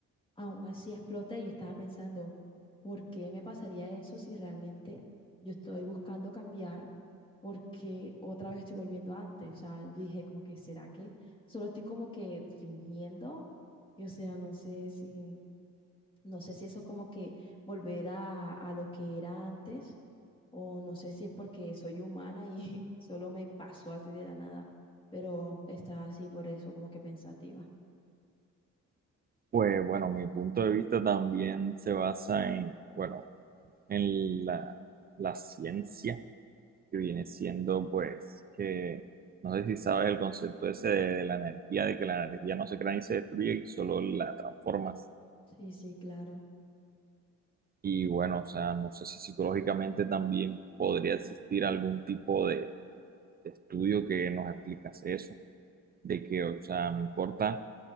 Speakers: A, on the left (about 20°); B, on the right (about 30°).
A: aún así exploté y estaba pensando, ¿por qué me pasaría eso si realmente yo estoy buscando cambiar porque otra vez estoy volviendo a antes. O sea, dije como que, ¿será que solo estoy como que fingiendo? Y o sea, no sé si, no sé si eso es como que volver a, a lo que era antes o no sé si es porque soy humana y <laughs> solo me pasó así de la nada, pero está así por eso como que pensativa.
B: Pues bueno, mi punto de vista también se basa en, bueno, en la, la ciencia que viene siendo, pues, que no sé si sabes el concepto ese de, de la energía, de que la energía no se crea ni se destruye y solo la transformas.
A: Sí, sí, claro.
B: Y bueno, o sea, no sé si psicológicamente también podría existir algún tipo de, de estudio que nos explicase eso, de que, o sea, no importa